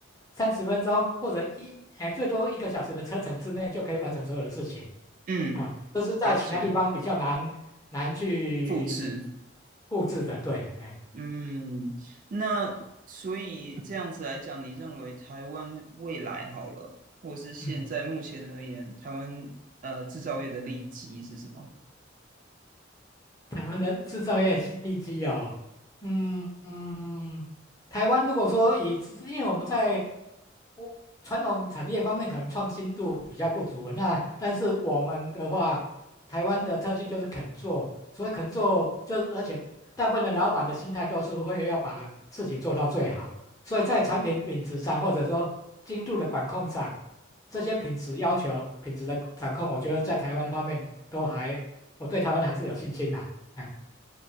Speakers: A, on the left; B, on the right.
A: 三十分钟或者一，哎，最多一个小时的车程之内就可以完成所有的事情。
B: 嗯，
A: 啊，这是在其他地方比较难难去
B: 了解，复制。
A: 复制的，对，哎，
B: 嗯，那所以这样子来讲，你认为台湾未来好了，或是现在目前而言，
A: 嗯。
B: 台湾呃制造业的利基是什么？
A: 台湾的制造业基地基哦，嗯嗯，嗯台湾如果说以制因为我们在我传统产业方面可能创新度比较不足，那但是我们的话，台湾的特性就是肯做，所以肯做就是，而且大部分的老板的心态都是会要把事情做到最好，所以在产品品质上或者说精度的管控上，这些品质要求、品质的掌控，我觉得在台湾方面都还，我对台湾还是有信心呐、哎，